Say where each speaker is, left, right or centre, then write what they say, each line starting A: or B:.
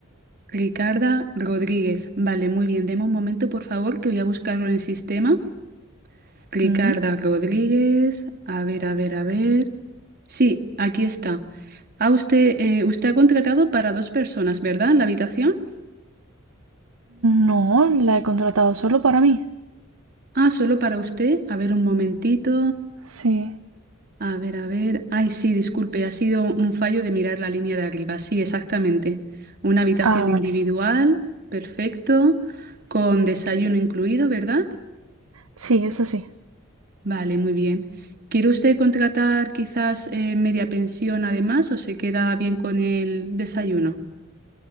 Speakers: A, on the right (about 45°); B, on the right (about 75°).
A: Ricarda Rodríguez. Vale, muy bien. Deme un momento, por favor, que voy a buscarlo en el sistema. Ricarda
B: ¿Mm?
A: Rodríguez. A ver, a ver, a ver. Sí, aquí está. Ah, usted, eh, usted ha contratado para dos personas, ¿verdad? La habitación.
B: No, la he contratado solo para mí.
A: Ah, solo para usted. A ver, un momentito.
B: Sí.
A: A ver, a ver. Ay, sí, disculpe, ha sido un fallo de mirar la línea de arriba. Sí, exactamente. Una habitación
B: Ah,
A: individual,
B: vale.
A: perfecto, con desayuno incluido, ¿verdad?
B: Sí, eso sí.
A: Vale, muy bien. ¿Quiere usted contratar quizás eh, media pensión además o se queda bien con el desayuno?